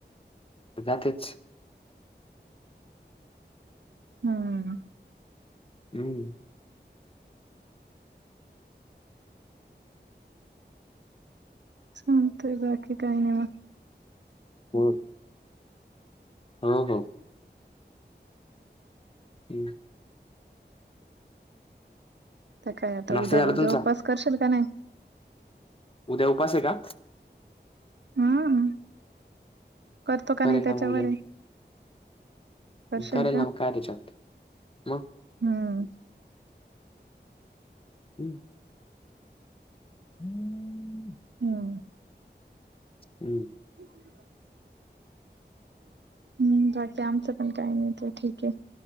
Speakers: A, on the left; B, on the right.
A: जातेच.
B: हम्म.
A: हम्म.
B: चालतंय, बाकी काय नाही मग.
A: हो‌. हो हो. हम्.
B: तर काय आता?
A: नाश्ता
B: उद्या,
A: झाला
B: उद्या
A: तुमचा
B: उपास करशील का नाही.
A: उद्या उपास आहे का?
B: हम्, करतो का
A: करेन
B: नाही त्याच्यावर
A: ना मग उद्या
B: आहे. करशील
A: करेल ना मग, काय तेच्यात. मग.
B: हम्म.
A: हं. हम्म.
B: हम्म.
A: हम्म.
B: हम्म्, बाकी आमच्यात पण काही नाही, ते ठीक आहे.